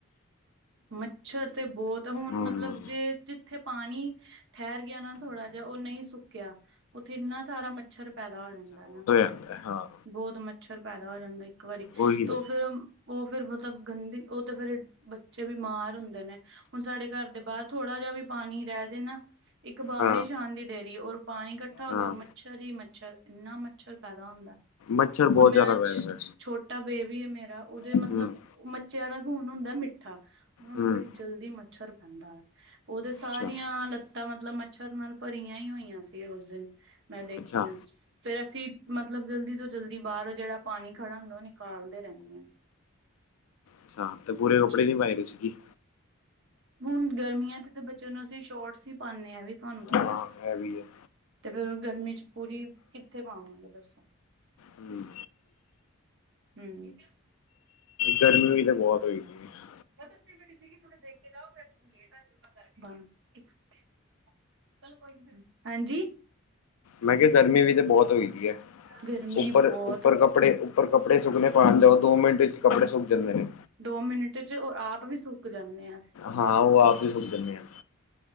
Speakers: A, on the right; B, on the left.
A: ਮੱਛਰ ਤੇ ਬਹੁਤ ਹੁਣ
B: ਹੂੰ
A: ਮਤਲਬ ਜੇ ਥੇ ਪਾਣੀ, ਠਹਿਰ ਗਿਆ ਨਾ ਥੋੜ੍ਹਾ ਜਿਹਾ ਉਹ ਨਹੀਂ ਸੁੱਕਿਆ ਉੱਥੇ ਇੰਨਾ ਸਾਰਾ ਮੱਛਰ ਪੈਦਾ ਹੋ ਜਾਂਦਾ ਨਾ।
B: ਐ ਹਾਂ।
A: ਬਹੁਤ ਮੱਛਰ ਪੈਦਾ ਹੋ ਜਾਂਦਾ ਇੱਕ ਵਾਰੀ
B: ਉਹੀ
A: ਤੋ
B: ਗੱਲ
A: ਫਿਰ ਉਹ ਫਿਰ ਲ ਗੰਦੀ ਉਹ ਤੇ ਫਿਰ ਬੱਚੇ ਬਿਮਾਰ ਹੁੰਦੇ ਨੇ। ਹੁਣ ਸਾਡੇ ਘਰ ਦੇ ਬਾਹਰ ਥੋੜ੍ਹਾ ਜਿਹਾ ਵੀ ਪਾਣੀ ਰਹਿ ਜੇ ਨਾ, ਇੱਕ ਬਾਰਿਸ਼
B: ਹਾਂ
A: ਆਣ ਦੀ ਦੇ ਰਹੀ ਔਰ ਪਾਣੀ ਇਕੱਠਾ ਹੋ
B: ਹਾਂ
A: ਗਿਆ ਮੱਛਰ ਹੀ ਮੱਛਰ ਇੰਨਾ ਮੱਛਰ ਪੈਦਾ ਹੁੰਦਾ,
B: ਮੱਛਰ ਬਹੁਤ
A: ਹੁਣ ਮੇਰਾ
B: ਜ਼ਿਆਦਾ
A: ਛੋਟ
B: ਪੈ ਜਾਂਦਾ
A: ਛੋਟਾ ਬੇਬੀ ਹੈ ਮੇਰਾ ਉਹਦੇ ਮਤਲਬ
B: ਹੂੰ
A: ਬੱਚਿਆਂ ਦਾ ਖੂਨ ਹੁੰਦਾ ਮਿੱਠਾ ਉਹਨਾ ਨੂੰ
B: ਹੂੰ
A: ਬੜੀ, ਜਲਦੀ ਮੱਛਰ ਪੈਂਦਾ ਹੈ ਉਹਦੇ ਸਾਰੀਆਂ
B: ਅੱਛਾ
A: ਲੱ ਤਾਂ ਮਤਲਬ ਮੱਛਰ ਨਾਲ ਭਰੀਆ ਹੀ ਹੋਈਆ ਸੀ ਉਸ ਦਿਨ ਮੈਂ ਦੇਖੀਆ
B: ਅੱਛਾ
A: ਫਿਰ ਅਸੀਂ, ਮਤਲਬ ਜਲਦੀ ਤੋਂ ਜਲਦੀ ਬਾਹਰ ਜਿਹੜਾ ਪਾਣੀ ਖੜਾ ਹੁੰਦਾ ਉਹ ਨਿਕਾਲਦੇ ਰਹਿੰਦੇ ਆ।
B: ਅੱਛਾ ਤੇ ਪੂਰੇ
A: ਹਾਂਜੀ।
B: ਕੱਪੜੇ ਨੀ ਪਾਏ ਦੇ ਸੀ ਕੀ
A: ਹੁਣ ਗਰਮੀਆਂ ਚ ਤਾ ਬੱਚਿਆਂ ਨੂੰ ਅਸੀਂ ਸ਼ੋਰਟ ਹੀ ਪਾਣੇ ਆ ਵੀ, ਤੁਹਾਨੂੰ ਪਤਾ,
B: ਹਾਂ ਇਹ ਵੀ ਹੈ।
A: ਤੇ ਫੇਰ ਗਰਮੀ ਚ ਪੂਰੀ ਕਿੱਥੇ ਪਾਵਾਂਗੇ ਦੱਸੋ,
B: ਹੂੰ
A: ਹੂੰ।
B: ਗਰਮੀ ਵੀ ਤਾਂ ਬਹੁਤ ਹੋਈ ਦੀ ਹੈ
A: ਮਤਲਬ ਤੇ ਬੇਟੀ ਸੀਗੀ ਤੁੜ ਦੇਖ ਜਾਓ ਫੇਰ ਤੁਸੀਂ ਲੇਟ ਆ ਤਾ ਕਰਕੇ। ਚਲੋ ਕੋਈ ਨੀ ਫੇਰ, ਹੈਂ ਜੀ।
B: ਮੈਂ ਕਿਹਾ ਗਰਮੀ ਵੀ ਤੇ ਬਹੁਤ ਹੋਈ ਪਈ ਆ।
A: ਗਰਮੀ
B: ਉੱਪਰ,
A: ਬਹੁਤ
B: ਉੱਪਰ ਕੱਪੜੇ, ਉੱਪਰ ਕੱਪੜੇ ਸੁੱਕਣੇ ਪਾਉਣ ਜਾਓ ਦੋ ਮਿੰਟ ਵਿੱਚ ਕੱਪੜੇ ਸੁੱਕ ਜਾਂਦੇ ਨੇ।
A: ਦੋ ਮਿੰਟ ਚ ਓ ਆਪ ਵੀ ਸੁੱਕ ਜਾਂਦੇ ਹਾ ਅਸੀਂ।
B: ਹਾਂ ਉਹ ਆਪ ਵੀ ਸੁੱਕ ਜਾਣੇ ਆ।